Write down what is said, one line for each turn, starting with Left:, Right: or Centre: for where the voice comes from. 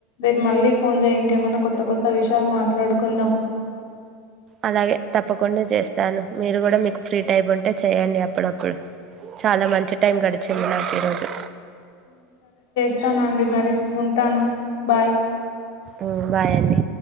Left: రేపు మళ్ళీ ఫోన్ చేయ్య కేమైన్నా కొత్త కొత్త విషయాలు మాట్లాడుకుందాం
Right: అలాగే తప్పకుండా చేస్తాను మీరు కూడా మీకు ఫ్రీ టైం ఉంటే చెయండి అ అప్పుడప్పుడు చాలా మంచి టైం గడిచింది నాకు ఈరోజు
Left: స్తానుండి మరి ఉంటాను బాయ్
Right: ఉమ్ బాయండి